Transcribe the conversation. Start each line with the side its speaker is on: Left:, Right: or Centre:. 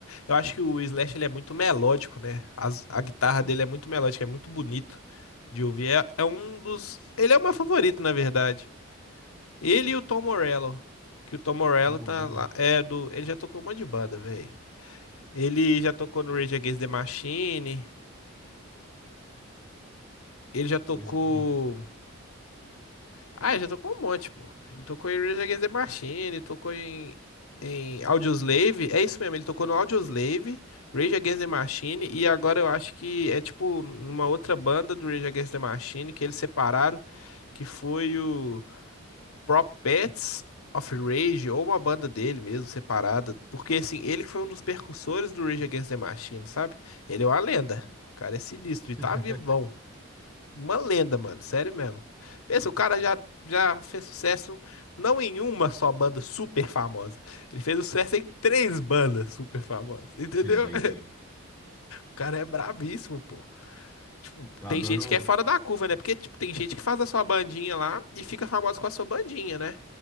Left: eu acho que o Slash ele é muito melódico, né? As- a guitarra
Centre: Ele
Left: dele é muito
Centre: é
Left: melódica, é muito bonito de ouvir. É, é um dos, ele é o meu favorito, na verdade. Ele e o Tom Morello. Que o Tom Morello
Centre: Tom Morello,
Left: tá lá. É do. Ele já tocou um monte de banda, velho. Ele já tocou no Rage Against the Machine. Ele já tocou.
Centre: coisa linda.
Left: Ah, ele já tocou um monte, pô. Ele tocou em Rage Against the Machine, tocou em. Em Audioslave, é isso mesmo, ele tocou no Audioslave, Rage Against the Machine, e agora eu acho que é tipo numa outra banda do Rage Against the Machine que eles separaram, que foi o. Prophets of Rage, ou uma banda dele mesmo, separada. Porque, assim, ele que foi um dos percussores do Rage Against the Machine, sabe? Ele é uma lenda. O cara é sinistro
Centre: <laughs>
Left: e tá vivão. Uma lenda, mano. Sério mesmo. Pensa, o cara já, já fez sucesso não em uma só banda super famosa. Ele fez sucesso em três bandas super famosas, entendeu?
Centre: É, doideira.
Left: <laughs> O cara é brabíssimo, pô. Tipo,
Centre: Eu
Left: tem
Centre: adoro.
Left: gente que é fora da curva, né? Porque, tipo, tem gente que faz a sua bandinha lá e fica famoso com a sua bandinha, né?